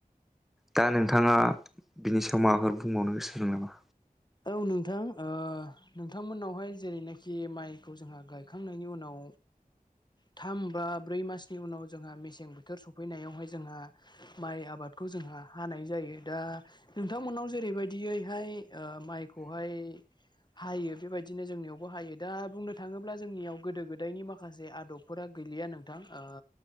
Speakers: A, in the centre; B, on the left.
A: दा नोंथाङा बिनि सायाव माबाफोर बुंबावनो गोसो दं नामा?
B: औ नोंथां ओ नोंथांमोननावहाय जेरैनाखि माइखौ जोंहा गायखांनायनि उनाव <inaudible> थाम बा ब्रै मासनि उनाव जोंहा मेसें बोथोर सफैनायावहाय जोंहा माइ आबाद खौ जोंहा हानाय जायो, दा नोंथांमोननाव जेरैबायदियैहाय ओ माइखौहाय हायो बेबायदिनो जोंनियावबो हायो। दा बुंनो थाङोब्ला जोंनियाव गोदो गोदायनि माखासे आदब फोरा गैलिया नोंथां, ओ